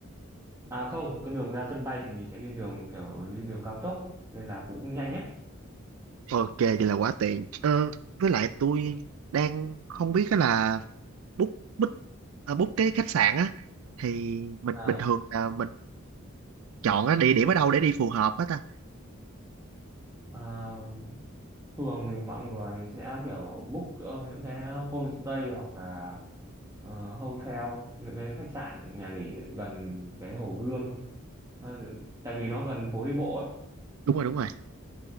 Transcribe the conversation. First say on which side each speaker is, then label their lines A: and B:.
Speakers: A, on the right; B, on the right.
A: à không cái đường ra sân bay thì mình sẽ đi đường kiểu đi đường cao tốc nên là cũng nhanh ấy
B: Ok, vậy là quá tiện. Ờ, với lại tôi đang không biết á là book book à, book cái khách sạn á thì mình
A: à,
B: bình thường là mình chọn á, địa điểm ở đâu để đi phù hợp á ta.
A: à, thường thì mọi người sẽ kiểu book ờ, những cái homestay hoặc là ờ, hotel những cái khách sạn nhà nghỉ gần cái Hồ Gươm Ờ, tại vì nó gần phố đi bộ ấy
B: Đúng rồi, đúng rồi.